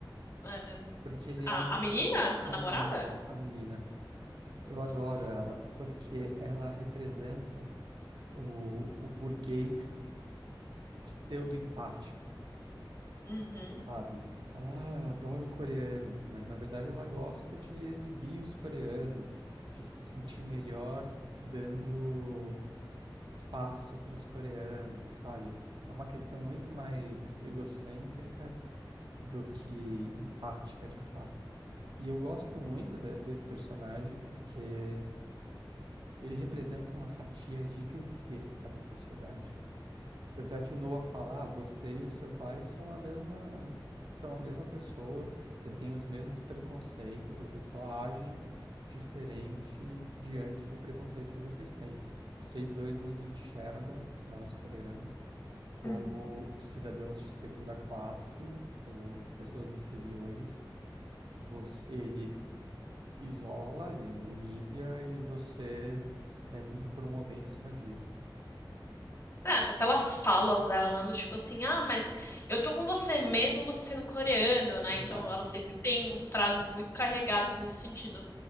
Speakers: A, on the left; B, on the right.
A: É,
B: porque ele é
A: a,
B: o,
A: a menina? A
B: a
A: namorada?
B: menina, a menina. Eu adoro
A: Nossa.
B: ela, porque ela representa o, o burguês pseudo-empático.
A: Uhum.
B: sabe? Ela "Ah, adora coreanos, mas na verdade ela gosta de exibir os coreanos, de se sentir melhor dando espaço para os coreanos, sabe? É uma questão muito mais egocêntrica do que empática de fato. E eu gosto muito de- desse personagem porque ele representa uma fatia gigantesca da sociedade. Tanto é que o Noah fala, ah, você e o seu pai são a mesma, a- são a mesma pessoa, vocês têm os mesmos preconceitos, vocês só agem diferente diante do preconceito que vocês têm. Vocês dois nos enxergam, nós coreanos, como
A: Uhum.
B: cidadãos de segunda classe, como pessoas inferiores. Você, ele isola, ele humilha e você tenta se promover em cima disso.
A: É, até pelas falas dela, né? Do tipo assim, ah, mas eu tô com você mesmo você sendo coreano, né?
B: Lá
A: Então ela sempre tem um- frases muito carregadas nesse sentido.